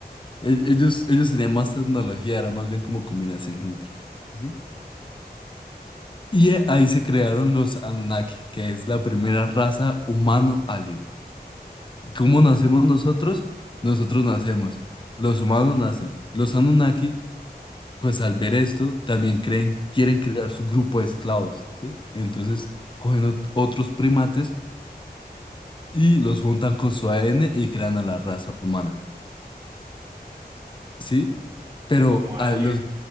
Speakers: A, on the left; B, on the right.
A: e- ellos, ellos tenían más tecnología, era más bien como combinación genética. ¿Sí? Y eh, ahí se crearon los Anunnaki, que es la primera raza humano-alien. ¿Cómo nacemos nosotros? Nosotros nacemos. Los humanos nacen. Los Anunnaki, pues al ver esto, también creen, quieren crear su grupo de esclavos, ¿sí? Entonces cogen ot- otros primates y los juntan con su ADN y crean a la raza humana, ¿sí?
B: Es
A: Pero
B: como Alien,
A: a los,